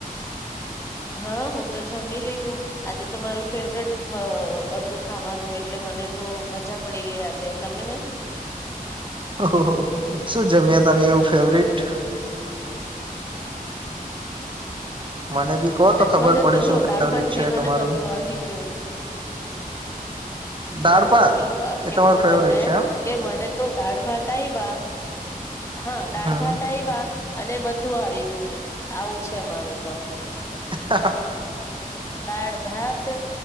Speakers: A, on the left; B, on the right.
A: હા હું તો જમી લીધું આજે તો મારું ફેવરેટ હતું ખાવાનું એટલે મને તો મજા પડી ગઈ આજે તમેને.
B: ઓહ શું જમ્યા તમે એવું ફેવરટ?
A: <inaudible>
B: મને બી કહો તો ખબર
A: મને
B: પડે
A: તો જો
B: શું ફેવરિટ
A: દાડમાં થાય
B: છે
A: મને
B: તમારું
A: બધું આવી ગયું. જો
B: દાળ ભાત
A: હું તો આમ
B: એ
A: કેવું
B: તમારું
A: છું
B: ફેવરિટ
A: તમને
B: છે એમ
A: કે મને તો દાળ ભાત આઇવા હા દાળ
B: હમ
A: ભાત આઇવા અને બધું આવી ગયું આવું છે મારું તો.
B: હા.
A: દાળ ભાત